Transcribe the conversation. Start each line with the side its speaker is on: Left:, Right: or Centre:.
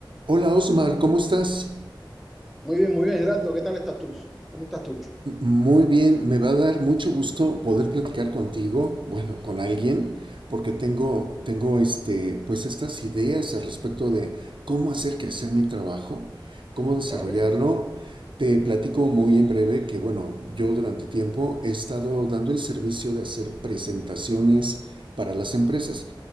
Right: Hola Osmar, ¿cómo estás?
Centre: Muy bien, muy bien, Gerardo. ¿Qué tal estás tú? ¿Cómo estás tú?
Right: Muy bien, me va a dar mucho gusto poder platicar contigo, bueno, con alguien, porque tengo, tengo este, pues estas ideas al respecto de cómo hacer crecer mi trabajo, cómo desarrollarlo.
Centre: ¿Vale?
Right: Te platico muy en breve que, bueno, yo durante tiempo he estado dando el servicio de hacer presentaciones para las empresas.